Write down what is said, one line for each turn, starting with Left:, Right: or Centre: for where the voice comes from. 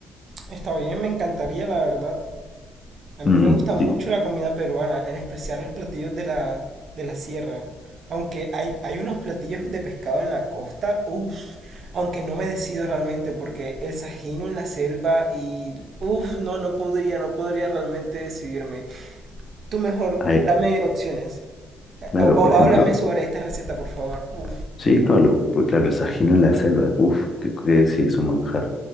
Right: Está bien, me encantaría, la verdad. A mí
Left: Mm,
Right: me gusta mucho
Left: sí,
Right: la comida peruana, en especial los platillos de la, de la sierra. Aunque hay, hay unos platillos de pescado en la costa, uff, aunque no me decido realmente porque el sajino en la selva y uff, no, no podría, no podría realmente decidirme. Tú mejor,
Left: ay,
Right: dame opciones. Eh,
Left: claro,
Right: O, o
Left: por ejemplo,
Right: háblame sobre esta receta, por favor. Uf.
Left: sí, no, lo- pues claro, el sajino en la selva, uff, que, que sí es un manjar.